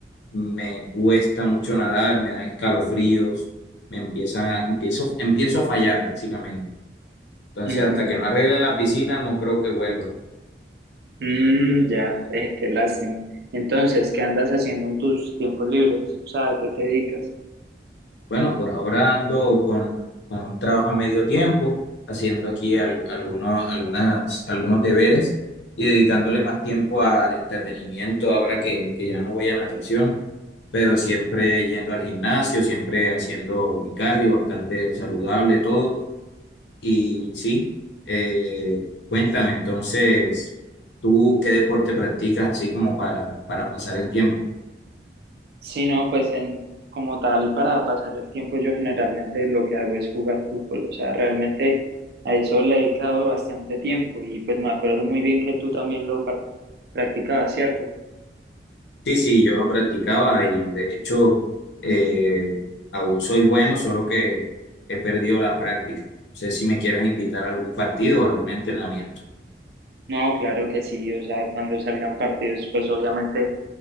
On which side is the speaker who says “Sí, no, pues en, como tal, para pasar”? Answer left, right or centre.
Right